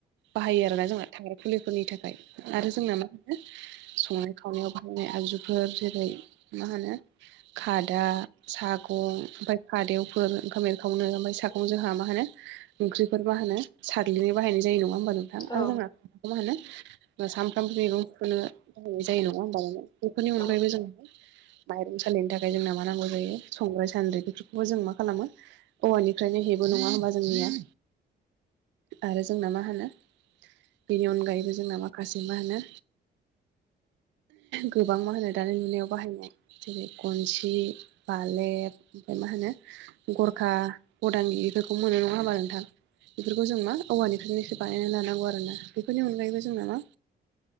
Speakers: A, on the right; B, on the left.
A: बाहायो आरोना जोंना थाग्रा फुलिफोरनि थाखाय आरो जोंना मा संनाय खावनायाव बाहायनाय आगजुफोर जेरै मा होनो
B: <inaudible>
A: खादा सागं ओमफाय खादेवफोर ओंखाम एरखावनो ओमफाय सागं जोंहा मा होनो ओंख्रिफोर मा होनो साग्लिनो बाहायनाय जायो नंङा होमबा नोंथां आरो
B: औ
A: जोंहा मा होनो सानफ्रामबो मैगंखोनो बाहायनाय जायो नंङा होमबा बेफोरनि अनगायैबो
B: औ
A: जोंङो माइरं सालिनो थाखाय जोंना मा नांगौ जायो संग्राय सान्द्रि बेफोरखौबो जों मा खालामो औवानिफ्रायनो हेबो नङा होमबा जोंनिया आरो जोंना मा होनो बेनि अनगायैबो जोंना माखासे मा होनो गोबां मा होनो दानि नुनायाव बाहायनाय जेरै गनसि बालेब ओमफ्राय मा होनो गरखा गदानि इफोरखौ मोनो नंङा होमबा नोंथां बेफोरखौ जों मा औवानिफ्रायनो एसे बानायना लानांगौ आरो ना बेफोरनि अनगायैबो जोंना मा